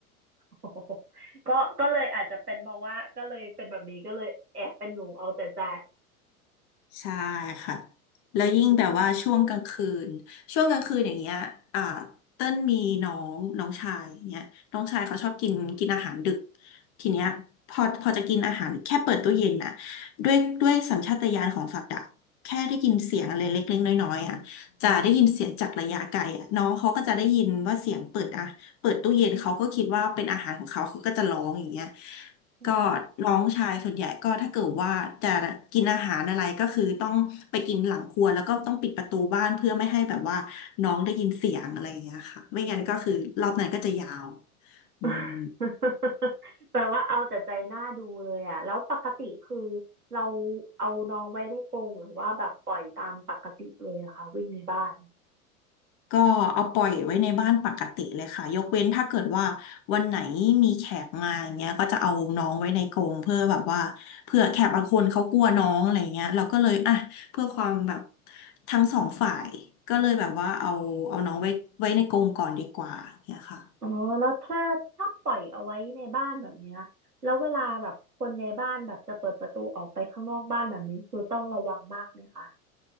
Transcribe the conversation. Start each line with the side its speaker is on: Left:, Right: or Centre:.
Right: โอ้โห <laughs> ก็ก็เลยอาจจะเป็นเพราะว่าก็เลยเป็นแบบนี้ก็เลยแอบเป็นหนูเอาแต่ใจ
Left: ใช่ค่ะแล้วยิ่งแบบว่าช่วงกลางคืนช่วงกลางคืนอย่างเงี้ยอ่า
Right: อืม
Left: เต้นมีน้องน้องชายเนี้ยน้องชายเขาชอบกินกินอาหารดึกทีเนี้ยพอพอจะกินอาหารแค่เปิดตู้เย็นน่ะด้วยด้วยสัญชาตญาณของสัตว์อะแค่ได้ยินเสียงอะไรเล็กๆน้อยๆอ่ะจะได้ยินเสียงจากระยะไกลอ่ะน้องเขาก็จะได้ยินว่าเสียงเปิดอ่ะเปิดตู้เย็นเขาก็คิดว่าเป็นอาหารของเขาเขาก็จะร้องอย่างเงี้ย
Right: อ๋อ
Left: ก็น้องชายส่วนใหญ่ก็ถ้าเกิดว่าจะกินอาหารอะไรก็คือต้องไปกินหลังครัวแล้วก็ต้องปิดประตูบ้านเพื่อไม่ให้แบบว่าน้องได้ยินเสียงอะไรอย่างเงี้ยค่ะไม่งั้นก็คือรอบนั้นก็จะยาวอืม
Right: <laughs> แปลว่าเอาแต่ใจหน้าดูเลยอ่ะแล้วปกติคือเราเอาน้องไว้ในกรงหรือว่าแบบปล่อยตามปกติเลยนะคะวิ่งในบ้าน
Left: ก็เอาปล่อยไว้ในบ้านปกติเลยค่ะยกเว้นถ้าเกิดว่าวันไหนมีแขกมาอย่างเงี้ยก็จะเอาน้องไว้ในกรงเพื่อแบบว่าเผื่อแขกบางคนเขากลัวน้องอะไรเงี้ยเราก็เลยอ่ะเพื่อความแบบทั้งสองฝ่ายก็เลยแบบว่าเอาเอาน้องไว้ไว้ในกรงก่อนดีกว่าเนี่ยค่ะ
Right: อ๋อแล้วถ้าถ้าปล่อยเอาไว้ในบ้านแบบเนี้ยแล้วเวลาแบบคนในบ้านแบบจะเปิดประตูออกไปข้างนอกบ้านแบบนี้คือต้องระวังมากไหมคะ